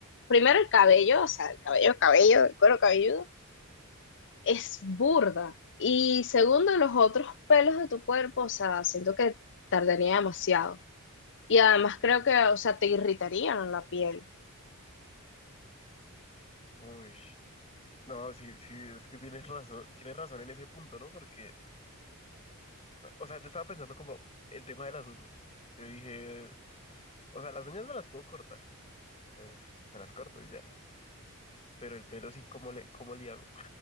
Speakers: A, on the left; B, on the left.
A: primero el cabello, o sea, el cabello, cabello, el cuero cabelludo, es burda. Y segundo, los otros pelos de tu cuerpo, o sea, siento que tardaría demasiado. Y además creo que, o sea, te irritarían la piel.
B: Uy. No, sí, sí, es que tienes razón, tienes razón en ese punto, ¿no? Porque, o sea, yo estaba pensando como el tema de las uñas. Yo dije, o sea, las uñas me las puedo cortar, pues, me las corto y ya. Pero el pelo sí, ¿cómo le, cómo le hago?